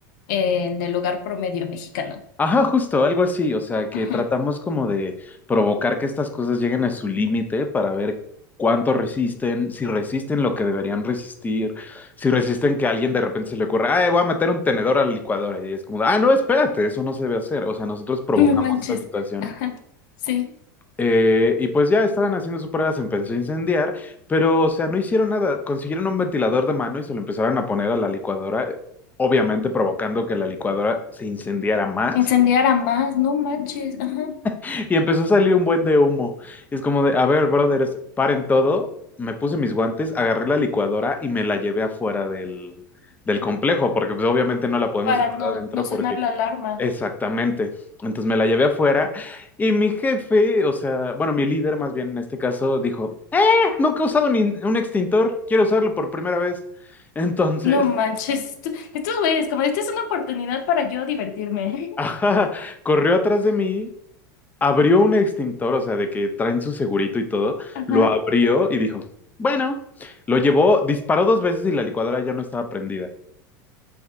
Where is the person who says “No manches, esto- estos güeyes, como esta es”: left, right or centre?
Left